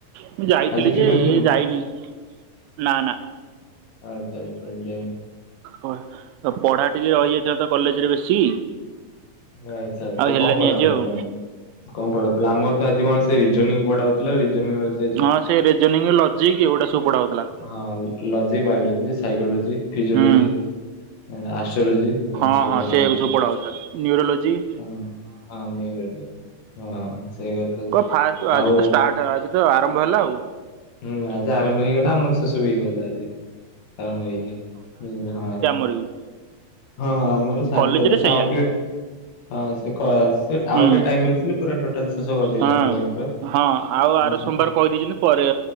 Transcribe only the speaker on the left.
ଆଜି
ଫଭାର
ଖଲୁ।
ଆଚ୍ଛା ଆଚ୍ଛା।
ଆଚ୍ଛା ଆଚ୍ଛା
କଂ ପଢା
ହଉଥିଲା?
କଂ ପଢାାଉଥିଲା ଆମର ତ ଆଜି କଣ ସେ ରିଜନିଂ ପଢାାଉଉଥିଲା ରିଜନିଂ- -
ହଁ ଲଜିିକ ବାୟୋଲୋଜି ସାଇକୋଲୋଜି ଫିଜିଓଲୋଜି
ମ ଆଷ୍ଟ୍ରୋଲୋଜି। ଏମିତି
ସବୁ
ପଢା
ହଉଥିଲା।
ହଁ ହ ନେଇରଲେ ହଁ ସେଇ
ଆଉ
ହୁଁ ଆଜି ଆରମ୍ଭ ହେଇଗଲା ଆମର ଶେଷ ବି ହେଇଗଲା ଆଜି ଆରମ୍ଭ ହେଇକି ବୁଝ ହଁ।
ହଁ ଆମର ସାଥ
ଦେଲେ ସେ
ଆଉ ଟିକେ ହଁ ସେ କ ଆଉ
ଟିକେ ଟାଇମ ମିଳି ପୁରା ଟୋଟାଲ ଶେଷ କରିଦେଇଥାନ୍ତୁ
ବହି ପୁରା।
ବୁଝିପାରିଲ?